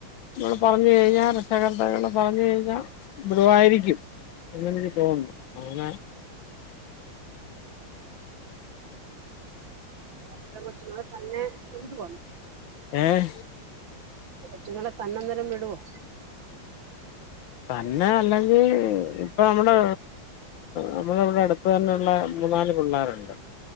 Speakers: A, on the left; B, on the right.
A: നമ്മൾ പറഞ്ഞു കഴിഞ്ഞാൽ രക്ഷകർതടെ പറഞ്ഞു കഴിഞ്ഞാൽ ബ്രവായിരിക്കും എന്നെനിക്ക് തോന്നുന്നു അങ്ങനെ
B: അ്ര കൊച്ചുങ്ങളൾ തന്നെ ഇടുവ
A: ആഹ
B: കൊച്ചുങ്ങളെ തന്നെന്നേരം വിടുവോെ
A: തന്നെ അല്ലെങ്കിൽ ഇപ്പൊ നമ്മുടെ നമ്മുടെമ്മടെ അടു അത്ത് തന്നെയുള്ള മൂന്നാല് പിള്ളേരുണ്ട്